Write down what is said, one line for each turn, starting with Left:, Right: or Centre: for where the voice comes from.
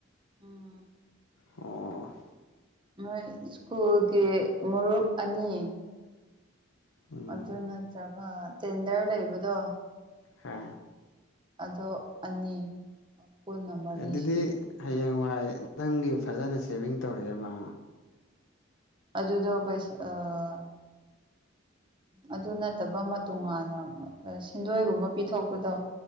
Right: ꯎꯝ
Left: ꯑꯣ
Right: ꯃꯣꯏ ꯁ꯭ꯀꯨꯜꯒꯤ ꯃꯔꯨꯞ ꯑꯅꯤ
Left: ꯎꯝ
Right: ꯑꯗꯨ ꯅꯠꯇ꯭ꯔꯒ ꯇꯦꯟꯗꯔ ꯂꯩꯕꯗꯣ
Left: ꯍꯥ
Right: ꯑꯗꯣ ꯑꯅꯤ ꯄꯨꯟꯅ ꯃꯔꯤꯁꯨ
Left: ꯑꯗꯨꯗꯤ ꯍꯌꯦꯡꯋꯥꯏ ꯅꯪꯒꯤ ꯐꯖꯅ ꯁꯦꯚꯤꯡ ꯇꯧꯔꯦꯃ
Right: ꯑꯗꯨꯗꯣ ꯄꯩꯁꯥ ꯑꯥ ꯑꯗꯨ ꯅꯠꯇꯕ ꯃꯇꯣꯉꯥꯟꯅ ꯁꯤꯟꯗꯣꯏꯒꯨꯝꯕ ꯄꯤꯊꯣꯛꯄꯗꯣ